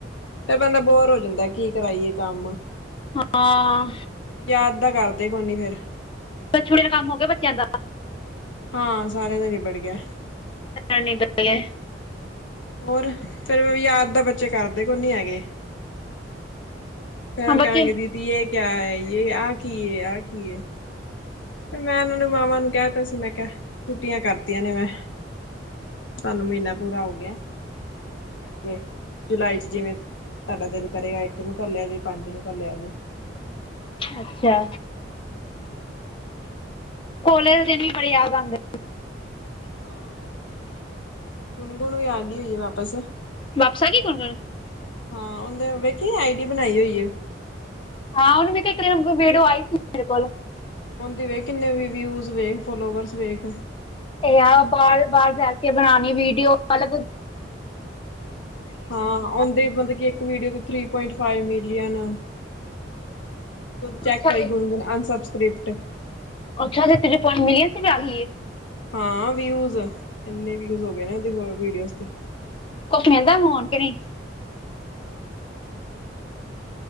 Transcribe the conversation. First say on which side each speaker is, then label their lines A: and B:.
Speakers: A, on the left; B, on the left.
A: ਫੇਰ ਬੰਦਾ ਬੋਰ ਹੋ ਜਾਂਦਾ ਕੀ ਕਰਾਈਏ ਕੰਮ।
B: ਹਾਂ।
A: ਯਾਦ ਤਾਂ ਕਰਦੇ ਕੋ ਨੀ ਫੇਰ।
B: ਛੁੱਟੀਆਂ ਦਾ ਕੰਮ ਹੋ ਗਿਆ ਬੱਚਿਆਂ ਦਾ।
A: ਹਾਂ, ਸਾਰਿਆਂ ਦਾ ਨਿਬੜ ਗਿਆ
B: <unintelligible>
A: ਹੋਰ ਫੇਰ ਵੀ ਯਾਦ ਤਾਂ ਬੱਚੇ ਕਰਦੇ ਕੋ ਨ ਹੈਗੇ। ਫੈ
B: ਹਾਂ
A: ਕਹਿਣਗੇ
B: ਬੱਚੇ
A: ਦੀਦੀ ਇਹ ਕਿਆ ਹੈ ਯ ਆ ਕੀ ਹੈ ਆ ਕੀ ਹੈ ਫ ਮੈਂ ਉਹਨਾਂ ਨੂੰ ਮਾਵਾਂ ਨੂੰ ਕਹਿ ਦਿੱਤਾ ਸੀ ਮੈਂ ਕਿਹਾ ਛੁੱਟੀਆਂ ਕਰਤੀਆਂ ਨੇ ਮੈਂ ਤੁਹਾਨੂੰ ਮਹੀਨਾ ਪੂਰਾ ਹੋਗ ਗਿਆ ਤੁਸੀਂ ਅੱਗੇ ਜੁਲਾਈ ਚ ਜਿਵੇਂ ਸਾਡਾ ਦਿਲ ਕਰੇਗਾ ਇੱਕ ਨੂੰ ਕਰ ਲਿਆ ਜੇ ਪੰਜ ਨੂੰ ਕਰ ਲਿਆ ਜੇ।
B: ਅੱਛਾ।
A: ਹਾਂ।
B: ਕੋਲੇਜ ਦੇ ਦਿਨ ਵੀ ਬੜੇ ਯਾਦ ਆਉਦੇ
A: ਹਾਂ, ਗੁਣਗੁਣ ਵੀ ਆ ਗਈ ਹੋਈ ਹੈ ਵਾਪਿਸ।
B: ਵਾਪਸ ਆ ਗੲੀ ਗੁਣਗੁਣ?
A: ਹਾਂ, ਉਹਦੇ ਵੇਖੀ ਆਈ ਡੀ ਬਣਾਈ ਹੋਈ ਆ।
B: ਹਾਂ ਉਹਨੂੰ ਮੇ ਕਿਹਾ ਇੱਕ ਦਿਨ ਵੀੜੀਓ ਆਈ ਸੀ ਮੇਰੇ ਕੋਲ।
A: ਹੁੰਦੀ ਵੇਖ ਕਿੰਨੇ ਵੀ ਵਿਊਜ਼ ਵੇਖ ਫੋਲੋਵਰਸ ਵੇਖ
B: ਇਹ ਆ ਬਾਹਰ ਬਾਹਰ ਜਾ ਕੇ ਬਣਾਉਣੀ ਵੀਡੀਓ ਅਲਗ
A: ਹਾਂ ਓਦੇ ਮਤਲਬ ਇੱਕ ਵੀਡੀਓ ਤੇ three point five million check
B: ਅੱਛਾ
A: ਕਰੀ ਗੁਣਗੁਨ ਅਨਸਬਸਕ੍ਰਿਪਟ
B: ਅੱਛਾ ਜ ਤ ਪਇੰਟ ਮਿਲਅਨ ਸੀ ਵੀ ਆ ਗਏ
A: ਹਾਂ ਵਿਊਜ ਇੰਨੇ ਵਿਊਜ ਹੋ ਗਏ ਨੇ ਉਹਦੇ ਵੀਡੀਓਜ਼ ਤੇ
B: ਕੁਛ ਮਹਿੰਦਾਣ ਕੇ ਨਹੀਂੀ
A: ਹਾਂ